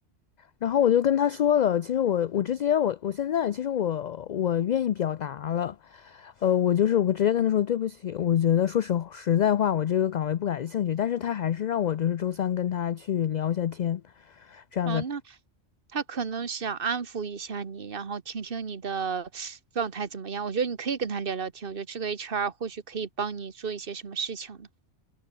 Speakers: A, on the left; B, on the right.
A: 然后我就跟他说了，其实我我直接我我现在其实我我愿意表达了，呃，我就是我直接跟他说对不起，我觉得说实实在话，我这个岗位不感兴趣，但是他还是让我就是周三跟他去聊一下天，这样子。
B: 嗯，那他可能想安抚一下你，然后听听你的状态怎么样。我觉得你可以跟他聊聊天，我觉得这个 HR 或许可以帮你做一些什么事情呢。